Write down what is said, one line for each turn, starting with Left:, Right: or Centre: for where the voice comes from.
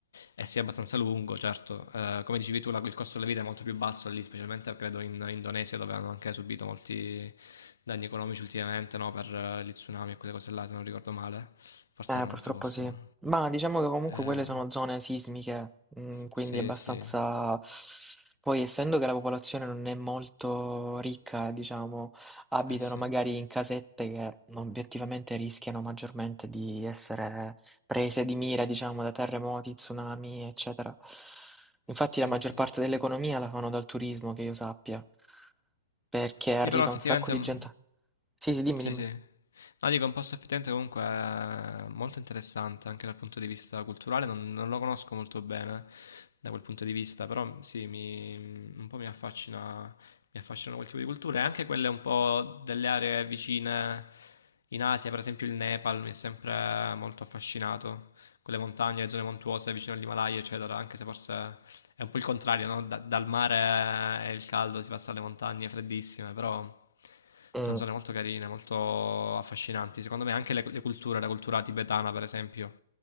Left: e sia abbastanza lungo, certo. Eh, come dicevi tu, la- il costo della vita è molto più basso lì, specialmente credo in Indonesia, dove hanno anche subito molti danni economici ultimamente, no? Per eh, gli tsunami e quelle cose là, se non ricordo male. Forse
Centre: Eh,
Left: era
Centre: purtroppo
Left: un altro posto,
Centre: sì.
Left: però.
Centre: Ma diciamo che comunque
Left: Eh,
Centre: quelle sono zone sismiche, mm, quindi
Left: sì,
Centre: abbastanza...
Left: sì.
Centre: Poi, essendo che la popolazione non è molto ricca, diciamo, abitano
Left: Eh sì.
Centre: magari in casette che obiettivamente rischiano maggiormente di essere prese di mira, diciamo, da terremoti, tsunami, eccetera. Infatti
Left: Sì,
Centre: la maggior
Left: sì.
Centre: parte dell'economia la fanno dal turismo, che io sappia, perché arriva
Left: Sì, però effettivamente
Centre: un sacco di
Left: mm,
Centre: gente. Sì, sì, dimmi,
Left: Sì,
Centre: dimmi.
Left: sì. No, dico, un posto a Firenze comunque è molto interessante anche dal punto di vista culturale, non, non lo conosco molto bene, da quel punto di vista, però sì, mi, un po' mi affascina, mi affascinano quel tipo di culture, e anche quelle un po' delle aree vicine in Asia, per esempio il Nepal mi è sempre molto affascinato, quelle montagne, le zone montuose vicino all'Himalaya, eccetera, anche se forse è un po' il contrario, no? Da- dal mare è il caldo, si passa alle montagne freddissime, però
Centre: Mm.
Left: sono zone molto carine, molto affascinanti, secondo me anche le, le culture, la cultura tibetana per esempio,